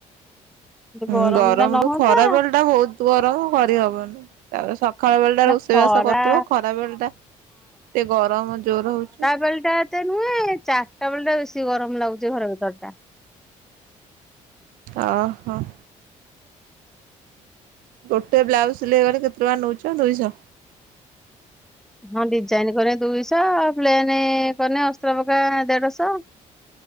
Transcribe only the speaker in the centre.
ଗରମ
ଟା ନହୁଅନ୍ତା
ନା
ଖରା
ବେଲଟା ତେ ନୁହେଁ ଚାରିଟା ବେଳେଟା ବେଶୀ ଗରମ ଲାଗୁଚି ଘର ଭିତରଟା।
ହଁ ଡିଜାଇନ୍ କରେଁ ଦୁଇଶ ପ୍ଲେନେ କନେ ଅସ୍ତ୍ର ପକା ଦେଢ଼ଶ।